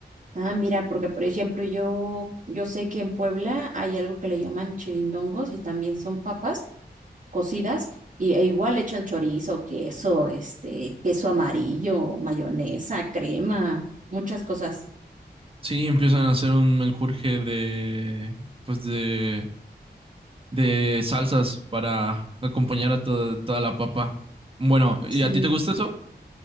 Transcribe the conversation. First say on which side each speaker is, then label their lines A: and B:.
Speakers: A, on the right (about 50°); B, on the right (about 30°).
A: Ah, mira, porque por ejemplo yo, yo sé que en Puebla hay algo que le llaman chirindongos y también son papas, cocidas y, e igual le echan chorizo, queso, este, queso amarillo, mayonesa, crema, muchas cosas.
B: Sí, empiezan a hacer un menjurje de, pues de, de salsas para acompañar a to- toda la papa. Bueno, ¿y
A: Sí,
B: a ti te gusta eso?